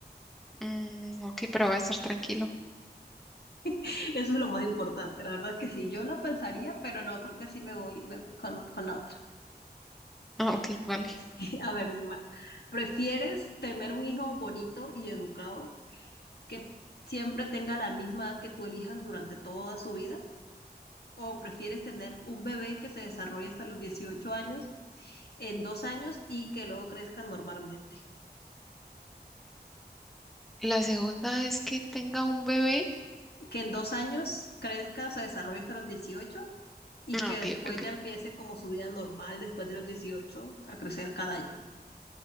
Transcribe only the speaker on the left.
<laughs> Eso es lo más importante. La verdad es que sí, yo lo pensaría, pero no, creo que sí me voy, me voy con, con la otra.
<laughs> A ver, Xiomara, ¿prefieres tener un hijo bonito y educado que siempre tenga la misma edad que tú elijas durante toda su vida? ¿O prefieres tener un bebé que se desarrolle hasta los 18 años, en dos años y que luego crezca normalmente?
Que en dos años crezca o se desarrolle hasta los 18 y
que
después
ya
empiece como su vida normal después de los 18 a crecer cada año.